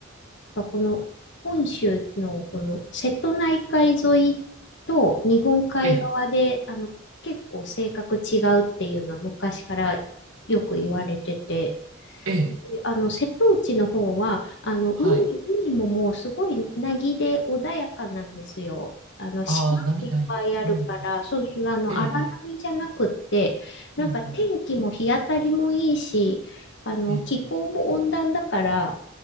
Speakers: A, on the left (about 60°); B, on the right (about 90°).
A: なんかこの本州のこの瀬戸内海沿いと日本海側で、
B: ええ、
A: あの、結構性格違うっていうのは昔からよく言われてて、
B: ええ、
A: であの、瀬戸内の方は、あの、海、
B: はい。
A: 海ももうすごい凪で穏やかなんですよ。あの、
B: ああ、
A: 島もいっぱいあるから、
B: 波ない。うん、
A: そうそう、あの、
B: ええ、ええ、
A: 荒波じゃなくって、なんか天気も日当たりもいいし、
B: うん、うん。
A: あの、
B: ええ、
A: 気候も温暖だから、
B: え